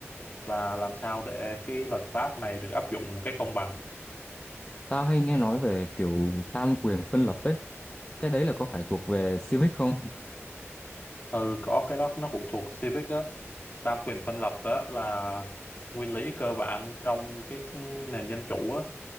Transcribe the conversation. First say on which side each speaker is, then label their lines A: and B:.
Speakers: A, on the left (about 40°); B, on the left (about 20°).
A: và làm sao để cái luật pháp này được áp dụng một cách công bằng
B: tao hay nghe nói về kiểu tam quyền phân lập ấy cái đấy là có phải thuộc về civic không
A: ừ có cái đó nó cũng thuộc Civic á tam quyền phân lập đó là nguyên lý cơ bản trong cái nền dân chủ á